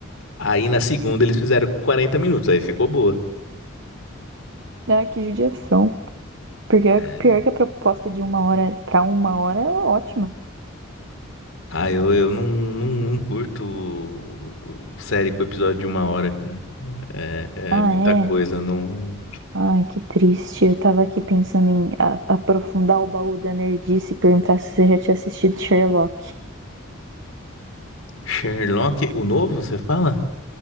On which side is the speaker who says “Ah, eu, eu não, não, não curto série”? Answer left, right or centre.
Left